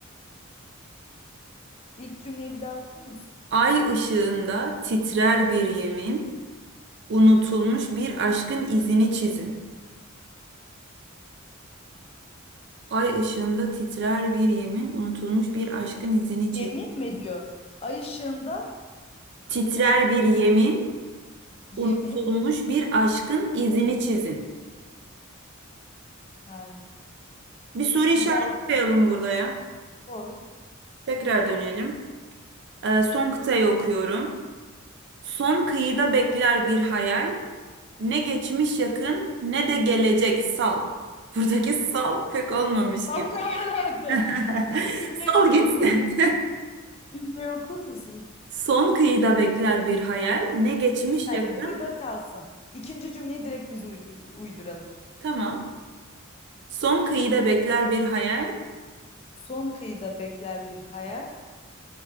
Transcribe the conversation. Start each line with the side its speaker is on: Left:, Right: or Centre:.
Left: ilk cümleyi bir daha okur musun?
Right: Ay ışığında titrer bir yemin, unutulmuş bir aşkın izini çizin. Ay ışığında titrer bir yemin, unutulmuş bir aşkın izini çizin.
Left: Yemin mi diyor? Ay ışığında
Right: Titrer bir yemin,
Left: yemin.
Right: unutulmuş bir aşkın izini çizin.
Left: Hayır.
Right: Bir soru işareti
Left: Bir daha
Right: koyalım buraya.
Left: oy.
Right: Tekrar dönelim. Ee, son kıtayı okuyorum. Son kıyıda bekler bir hayal. Ne geçmiş yakın ne de gelecek sal. <laughs> Buradaki sal pek olmamış
Left: Tam
Right: gibi.
Left: ne alaka?
Right: <laughs>
Left: İlk Cümleyi
Right: Sal
Left: okur
Right: gitsin.
Left: musun? Cümleyi okur musun?
Right: <laughs> Son kıyıda bekler bir hayal. Ne geçmiş
Left: Bir saniye
Right: yakın.
Left: burada kalsın. İkinci cümleyi direkt biz uydur uyduralım.
Right: Tamam. Son kıyıda bekler bir hayal.
Left: Son kıyıda bekler bir hayal.